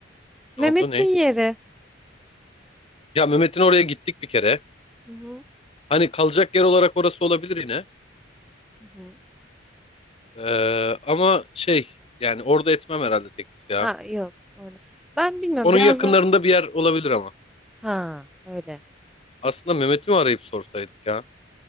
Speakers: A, in the centre; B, on the left.
A: Mehmet'in
B: Ne oldu ne?
A: yeri.
B: Ya Mehmet'in oraya gittik bir kere.
A: Hı hı,
B: Hani kalacak yer olarak orası olabilir yine.
A: hı hı.
B: Ee, ama şey yani orada etmem herhalde teklif ya.
A: Ha yok orada. Ben bilmiyorum
B: Onun
A: biraz
B: yakınlarında
A: da
B: bir yer olabilir ama.
A: ha öyle.
B: Aslında Mehmet'i mi arayıp sorsaydık ya?